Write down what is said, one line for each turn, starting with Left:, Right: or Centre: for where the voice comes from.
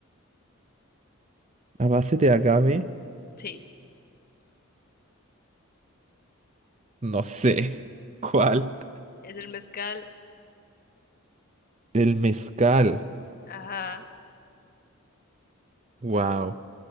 Right: A base de agave,
Left: Sí,
Right: no sé. <laughs> ¿Cuál?
Left: es el mezcal.
Right: El mezcal.
Left: Ajá.
Right: Wow.